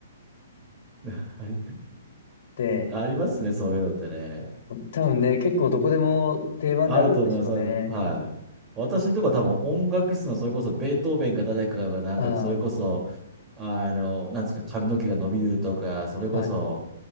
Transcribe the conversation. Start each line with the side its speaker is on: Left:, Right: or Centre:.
Right: あり
Left: で、
Right: ありますね、そういうのってね。
Left: 多分ね、結構どこでも定番であるんでしょうね。
Right: あると思います。あるはい。私のとこは多分音楽室のそれこそベートーベンか誰かがなんかそれこそ、
Left: あ
Right: あの、なんですか、髪の毛が伸びるとか、それこそ、
Left: あ、はい。